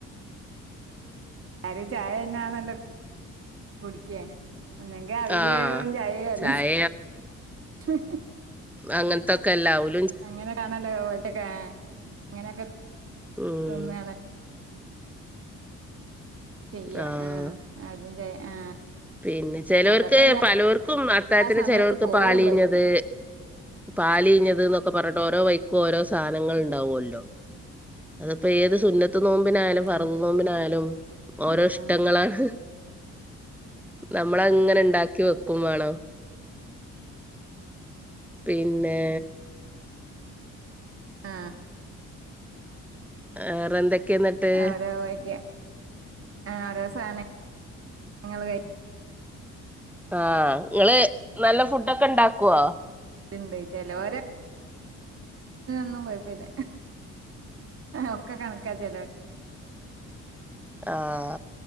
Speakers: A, on the right; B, in the centre.
A: ആരും ചായ തന്നെയാണേല്ലോ കുടിക്ക... ഒന്നെങ്കിൽ അവിലും
B: ആഹ്.
A: ചായയും അല്ലെങ്കിൽ
B: ചായ
A: ഹ് ഹ്..
B: അങ്ങൻ ത്തൊക്കെല്ലെ ആവുല്..
A: അങ്ങനെ കാണല്ലോ <unintelligible> ട്ടക്കെ അങ്ങനെയൊക്കെ
B: ഉം
A: തിന്നാണ്.. ചെയ്യ
B: ആഹ്.
A: ആഹ അ തും ആ...
B: പിന്നെ ചേലോർക്
A: അതൊക്കെ എല്ലാ
B: പാലോർക്കും അത്തായത്തിന്
A: സമയത്ത്
B: ചേലോർക്
A: പോവുള്ളൂ
B: പാലീഞ്ഞത്...
A: അതിന്
B: പാല്ഞ്ഞത് ന്നൊക്കെ പറഞ്ഞിട്ട് ഓരോ വൈക്കും ഓരോ സാധനങ്ങൾ ഉണ്ടാവോല്ലോ... അതിപ്പോ ഏത് സുന്നത്ത് നോമ്പിനായാലും
A: അങ്ങനെ
B: ഫർള്ള് നോമ്പിനായാലും ഓരോ
A: അതാണ്
B: ഇഷ്ടങ്ങളാണ്... നമ്മളങ്ങനെ ഇൻണ്ടാക്കി വെക്കും വാണ്ണം... പിന്നെ..
A: ആ..
B: വെറെ എന്തൊക്കെ ന്നിട്ട്...
A: ഓരോ വഴിക്ക് ഓരോ സധ നങ്ങങ്ങള് കഴി...
B: ആഹ ഇങ്ങള് നല്ല ഫുഡൊക്കെ ഉണ്ടാക്കൊ...
A: ഇണ്ട് ചില ഓരോ ന്നും കൊഴപ്പില്ല... ഒക്കെ കണക്കാ ചെല..
B: ആഹ